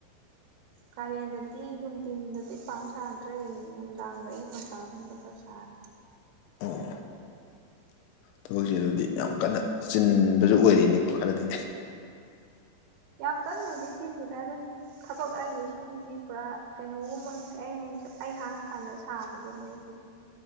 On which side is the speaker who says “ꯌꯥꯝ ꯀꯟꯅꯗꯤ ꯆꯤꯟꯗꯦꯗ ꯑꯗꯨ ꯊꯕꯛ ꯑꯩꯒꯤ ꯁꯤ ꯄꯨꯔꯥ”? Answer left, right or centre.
Right